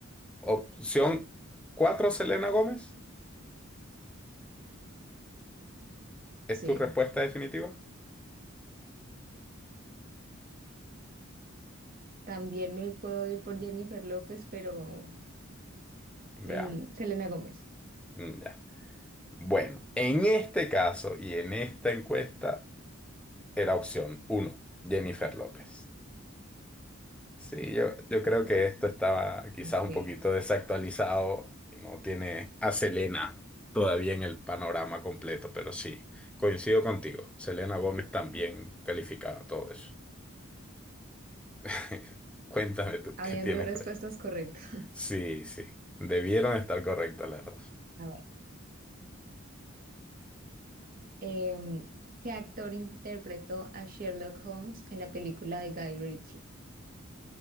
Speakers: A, in the centre; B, on the right.
A: Opción 4, Selena Gómez. ¿Es
B: Sí.
A: tu respuesta definitiva?
B: También me puedo ir por Jennifer López, pero mm,
A: Veamos.
B: Selena Gómez.
A: Mm, Ya. Bueno, en este caso y en esta encuesta era opción uno, Jennifer López. Sí, yo, yo creo que esto estaba quizás
B: Ok.
A: un poquito desactualizado y no tiene a Selena todavía en el panorama completo, pero sí, coincido contigo. Selena Gómez también calificaba todo eso. <laughs> Cuéntame tú,
B: Habían
A: ¿qué tienes,
B: dos respuestas
A: Freddy?
B: correctas.
A: Sí, sí, debieron estar correctas las dos.
B: <laughs> A ver. Em, ¿qué actor interpretó a Sherlock Holmes en la película de Guy Ritchie?